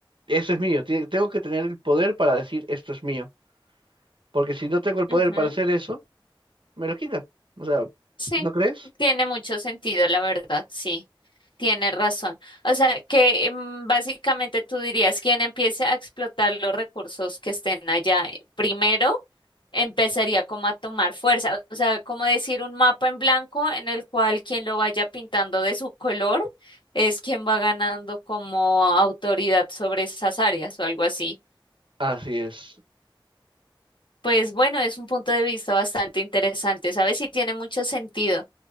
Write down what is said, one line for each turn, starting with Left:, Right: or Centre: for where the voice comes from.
Right: eso es mío, tie- tengo que tener el poder para decir esto es mío, porque si no tengo el poder
Left: Ujú.
Right: para hacer eso me lo quitan. O sea,
Left: Sí,
Right: ¿no crees?
Left: tiene mucho sentido, la verdad, sí, tiene razón. O sea, que mm, básicamente tú dirías, quien empiece a explotar los recursos que estén allá eh, primero, empezaría como a tomar fuerza. O sea, como decir un mapa en blanco en el cual quien lo vaya pintando de su color es quien va ganando como autoridad sobre esas áreas o algo así.
Right: Así es.
Left: Pues bueno, es un punto de vista bastante interesante, ¿sabes? Y tiene mucho sentido.